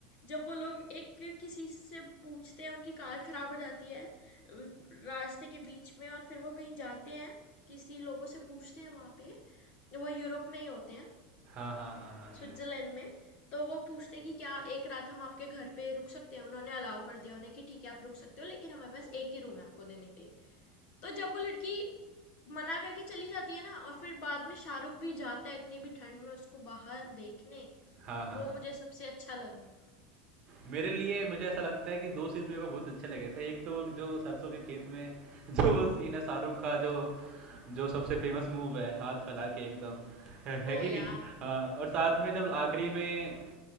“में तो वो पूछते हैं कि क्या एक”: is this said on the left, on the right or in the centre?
Left